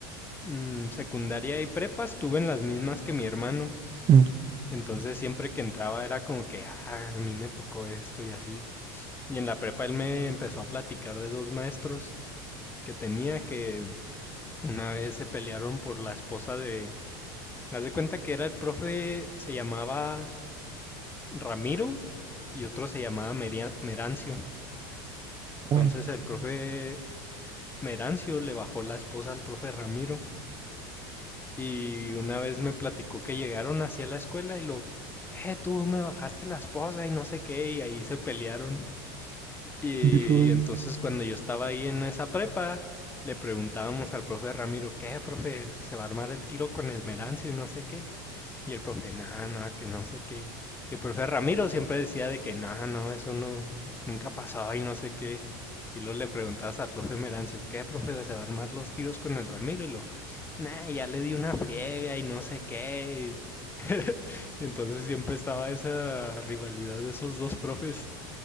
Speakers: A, on the left; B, on the right.
A: mm, secundaria y prepa estuve en las mismas que mi hermano.
B: Mm,
A: Entonces siempre que entraba era como que, ah, a mí me tocó esto y así. Y en la prepa él me empezó a platicar de dos maestros que tenía que una vez se pelearon por la esposa de... Haz de cuenta que era el profe, se llamaba Ramiro y otro se llamaba Meria- Merancio. Entonces
B: ay,
A: el profe Merancio le bajó la esposa al profe Ramiro Y una vez me platicó que llegaron hacia la escuela y lo, eh, tú me bajaste la esposa y no sé qué, y ahí se pelearon. Y
B: qué rollo.
A: entonces cuando yo estaba ahí en esa prepa, le preguntábamos al profe Ramiro, ¿qué, profe? ¿Se va a armar el tiro con el Merancio y no sé qué? Y el profe, nada, nada, que no sé qué. Y el profe Ramiro siempre decía de que nada, no, eso no, nunca ha pasado y no sé qué. Y luego le preguntabas al profe Merancio, ¿qué, profe? ¿Se va a armar los tiros con el Ramiro? Y lo, nah, ya le di una friega y no sé qué. <laughs> Entonces siempre estaba esa rivalidad de esos dos profes.